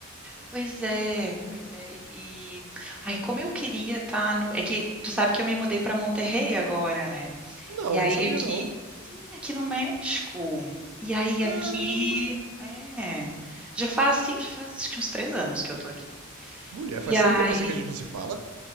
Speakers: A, in the centre; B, on the right.
A: Pois é, pois é. E ai, como eu queria estar no. É que tu sabe que eu me mudei para Monterrey agora, né?
B: Não,
A: E aí
B: não sabia
A: aqui,
B: não.
A: sim, aqui no México. E aí
B: Caramba!
A: aqui, é. Já faz, sim, já faz acho que uns três anos que eu tô aqui.
B: Mulher,
A: E
B: faz
A: aí,
B: tanto tempo assim que a gente não se fala.